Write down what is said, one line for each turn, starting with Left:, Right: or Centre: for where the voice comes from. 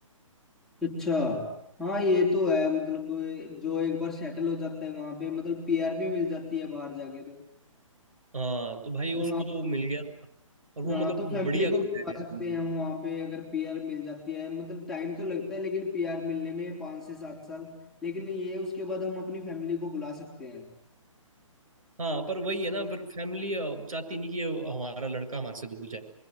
Centre: अच्छा हाँ ये तो है मतलब जो एक बार सेटल हो जाता है वहां पे मतलब पीआर भी मिल जाती है बाहर जाके तो
Right: हाँ तो भाई
Centre: तो
Right: उसको
Centre: हाँ
Right: तो मिल गया और वो
Centre: हाँ
Right: मतलब
Centre: तो फैमिली
Right: बढ़िया
Centre: को
Right: कर
Centre: बता
Right: रहे हैं
Centre: सकते हैं हम वहाँ पे अगर पीआर मिल जाती है मतलब टाइम तो लगता है लेकिन पीआर मिलने में पाँच से सात साल लेकिन ये उसके बाद हम अपनी फैमिली को बुला सकते हैं
Right: हाँ पर वही है ना पर फैमिली चाहती नहीं कि हमारा लड़का हमारे से दूर जाए